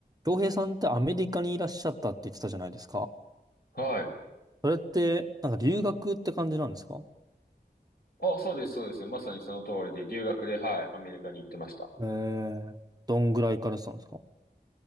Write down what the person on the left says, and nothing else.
はい。
あ、そうです、そうです。まさにその通りで、留学で、はい、アメリカに行ってました。